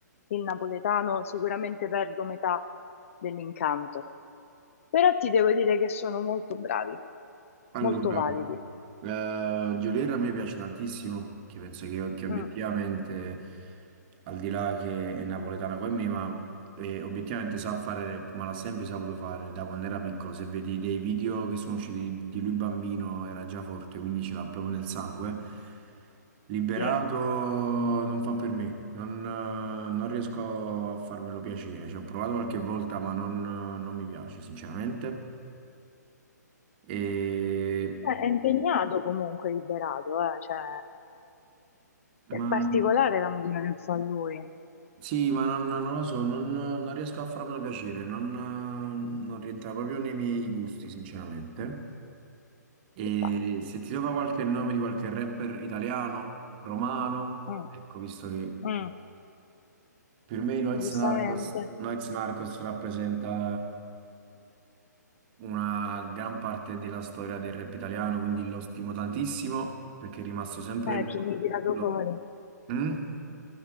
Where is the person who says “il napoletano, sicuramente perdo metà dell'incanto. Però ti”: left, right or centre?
Left